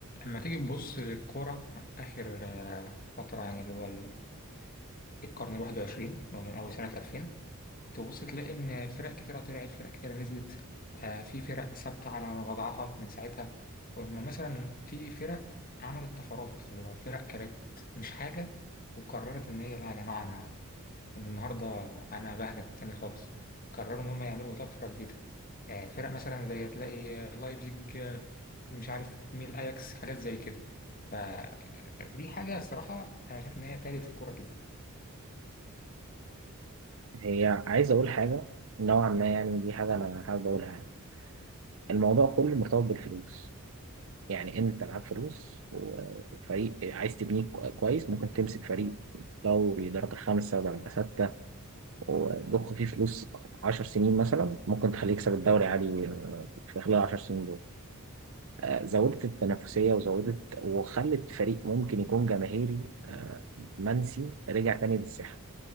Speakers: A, on the left; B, on the right.
A: لما تيجي تبص للكورة آخر آه، فترة يعني اللي هو ال- القرن الواحد وعشرين اللي هو من أول سنة ألفين تبص تلاقي إن فرق كتيرة طلعت فرق كتيرة نزلت آه، في فرق ثابتة على وضعها من ساعتها وأما مثلا في فرق عملت طفرات اللي هو فرق كانت مش حاجة وقررت إن هي لا يا جماعة أنا من النهارده انا بهجت تاني خالص قرروا ان هم يعملوا طفره جديده آه، فرق مثلا زي تلاقي آه، لايبزيج آه، مش عارف مين الاياكس حاجات زي كده فدي حاجه الصراحه انا شايف ان هي فادت الكوره جدا
B: هي عايز أقول حاجة نوعا ما يعني دي حاجة أنا حابب أقولها الموضوع كله مرتبط بالفلوس يعني أنت معاك فلوس وفريق عايز تبنيه كو- كويس ممكن تمسك فريق دوري درجة خمسة درجة ستة وتضخ فيه فلوس عشر سنين مثلا ممكن تخليه يكسب الدوري عادي آه، في خلال العشر سنين دول آه، زودت التنافسية وزودت وخلت فريق ممكن يكون جماهيري منسي رجع تاني للساحة